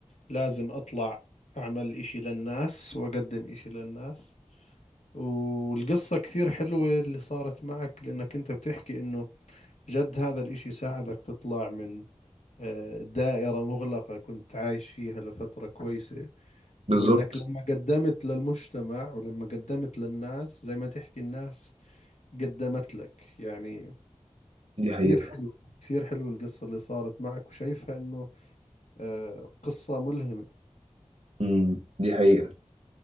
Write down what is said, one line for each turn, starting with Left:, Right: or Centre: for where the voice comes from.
Left: لازم أطلع أعمل إشي للناس وأقدم إشي للناس والقصة كثير حلوة اللي صارت معك لأنك أنت بتحكي أنه جد هذا الإشي ساعدك تطلع من آه، دائرة مغلقة كنت عايش فيها لفترة كويسة
Right: بالظبط
Left: وإنك لما قدمت للمجتمع ولما قدمت للناس زي ما تحكي الناس قدمت لك يعني
Right: دي حقيقه
Left: كثير حلو كثير حلو القصة اللي صارت معك وشايفها إنه آه، قصة ملهمة
Right: مم، دي حقيقه